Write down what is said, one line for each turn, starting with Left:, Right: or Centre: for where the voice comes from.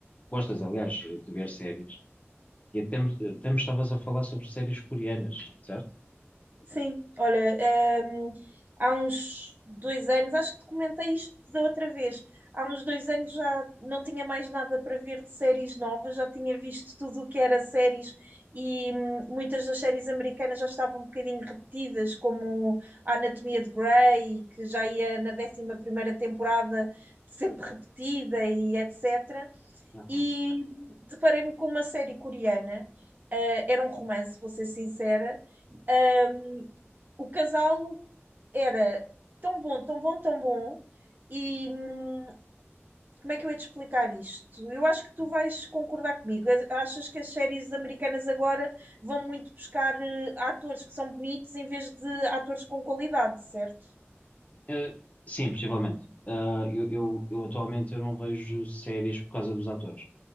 Left: gostas, aliás, de ver séries, e até, me- até me estavas a falar sobre séries coreanas, certo?
Right: Sim, olha, ehm, há uns dois anos, acho que te comentei isto da outra vez, há uns dois anos já não tinha mais nada para ver de séries novas, já tinha visto tudo o que era séries e hum, muitas das séries americanas já estavam um bocadinho repetidas, como a Anatomia de Grey, que já ia na décima primeira temporada, sempre repetida e etc.
Left: Aham.
Right: e deparei-me com uma série coreana, ah, era um romance, vou ser sincera. Ahm, o casal era tão bom, tão bom, tão bom, e hum, como é que eu ia te explicar isto? Eu acho que tu vais concordar comigo. Achas que as séries americanas agora vão muito buscar eh, atores que são bonitos em vez de atores com qualidade, certo?
Left: Eh, sim, possivelmente. Ah, eu, eu, eu atualmente eu não vejo séries por causa dos atores.